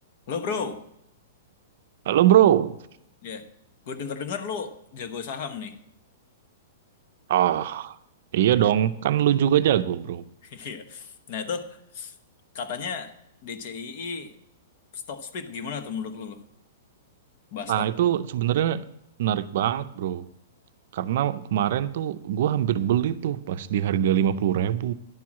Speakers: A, on the left; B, on the right.
A: Lo bro,
B: Halo bro.
A: ya, Gue denger-denger lo jago saham nih.
B: Ah, iya dong, kan lu juga jago bro.
A: <laughs> Iya. Nah itu katanya DCII stock split gimana tuh menurut lo? Bahas
B: Nah
A: stok
B: itu sebenarnya menarik banget bro. Karena kemarin tuh gue hampir beli tuh pas di harga 50 ribu.